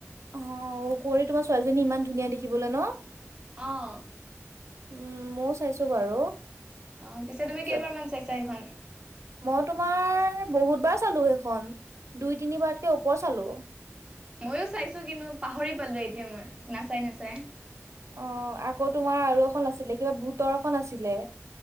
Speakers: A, on the right (about 80°); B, on the right (about 20°).
A: অ কৰি তোমাৰ ছোৱালীজনী ইমান ধুনীয়া দেখিবলৈ ন
B: অঁ
A: উম ময়ও চাইছো বাৰু
B: অ পিছে তুমি
A: তাৰপিছত
B: কেইবাৰমান চাইছা সেইখন
A: মই তোমাৰ বহুতবাৰ চালো সেইখন দুই তিনিবাৰতকে ওপৰ চালো
B: মইো চাইছো কিন্তু পাহৰি পালোে এতিয়া মই নাচাই নাচাই
A: অ আকৌ তোমাৰ আৰু এখন আছিলে কিবা ভোতৰখন আছিলে